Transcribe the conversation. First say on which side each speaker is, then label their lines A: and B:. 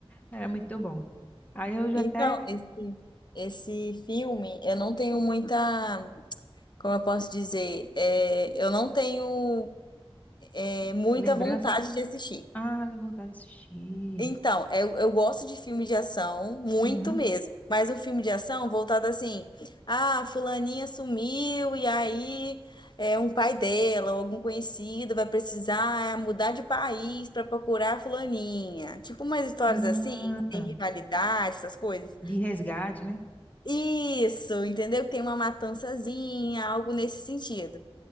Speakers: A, on the left; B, on the left.
A: Era muito bom. Aí eu já
B: Então,
A: até
B: esse, esse filme, eu não tenho muita, como eu posso dizer, é, eu não tenho é, muita
A: lembrança,
B: vontade de assistir.
A: ah, vontade de assistir.
B: Então, eu, eu gosto de filme de ação, muito
A: Aham.
B: mesmo. Mas um filme de ação voltado assim, ah, fulaninha sumiu e aí é um pai dela ou algum conhecido vai precisar mudar de país para procurar a fulaninha. Tipo umas histórias
A: Ah,
B: assim, que tem rivalidade, essas coisas.
A: de resgate, né?
B: Isso, entendeu? Tem uma matançazinha, algo nesse sentido.